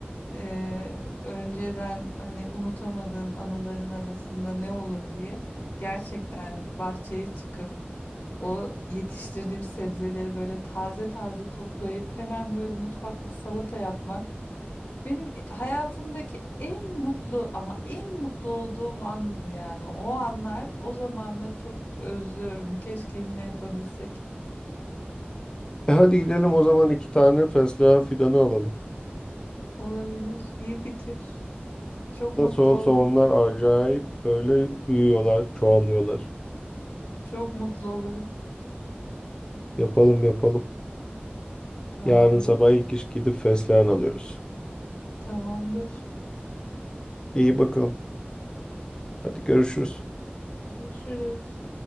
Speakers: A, on the left; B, on the left.
A: eee, önceden hani unutamadığın anıların arasında ne olur diye gerçekten bahçeye çıkıp o yetiştirdiğim sebzeleri böyle taze taze toplayıp hemen böyle mutfakta salata yapmak benim hayatımdaki en mutlu ama en mutlu olduğum andı yani o anlar o zamanları çok özlüyorum. Keşke yine yapabilsek.
B: E hadi gidelim o zaman iki tane fesleğen fidanı alalım.
A: Olabilir. İyi fikir. Çok
B: Nasıl
A: mutlu
B: olsa
A: oldum.
B: onlar acayip böyle büyüyorlar, çoğalıyorlar.
A: Çok mutlu olurum.
B: Yapalım yapalım.
A: Tamamdır.
B: Yarın sabah ilk iş gidip fesleğen alıyoruz.
A: Tamamdır.
B: İyi bakalım. Hadi görüşürüz.
A: Görüşürüz.